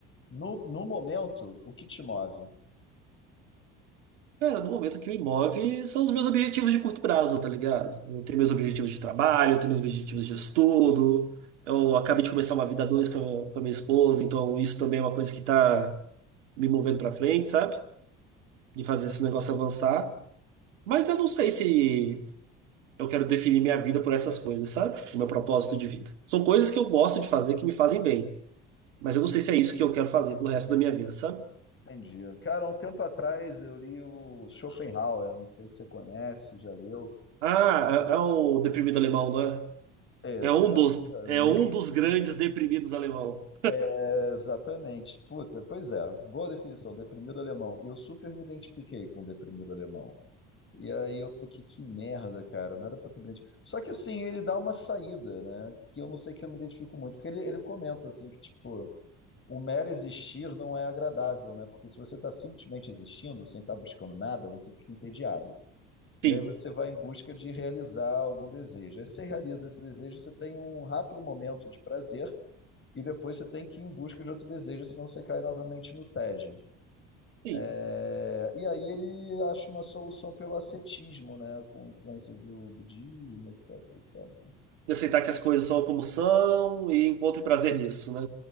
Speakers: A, on the left; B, on the right.
A: No, no momento, o que te move?
B: Cara, no momento que me move são os meus objetivos de curto prazo, tá ligado? Eu tenho meus objetivos de trabalho, eu tenho meus objetivos de estudo. Eu acabei de começar uma vida a dois com a, com a minha esposa, então isso também é uma coisa que tá me movendo para frente, sabe? De fazer esse negócio avançar. Mas eu não sei se eu quero definir minha vida por essas coisas, sabe? O meu propósito de vida. São coisas que eu gosto de fazer que me fazem bem, mas eu não sei se é isso que eu quero fazer pro resto da minha vida, sabe?
A: Entendi. Cara, Há um tempo atrás eu li o Schopenhauer, não sei se você conhece, já leu.
B: Ah, é, é o deprimido alemão, não é?
A: Exatamente.
B: É um dos, é um dos grandes
A: <laughs>
B: deprimidos alemão.
A: É, exatamente. Puta, pois é, boa definição, deprimido alemão. E eu super me identifiquei com o deprimido alemão. E aí eu fiquei, que merda, cara, não era pra ter brinde. Só que assim, ele dá uma saída, né? Que eu não sei que eu me identifico muito, porque ele, ele comenta assim que, tipo, o mero existir não é agradável, né? Porque se você tá simplesmente existindo, sem estar buscando nada, você fica entediado. E
B: Sim,
A: aí você vai em busca de realizar algum desejo. Aí você realiza esse desejo, você tem um rápido momento de prazer, e depois você tem que ir em busca de outro desejo, senão você cai novamente no tédio.
B: sim.
A: É, e aí ele acha uma solução pelo ascetismo, né, com influências do budismo, etc, etc.
B: De aceitar que as coisas são como são e encontre prazer nisso, né?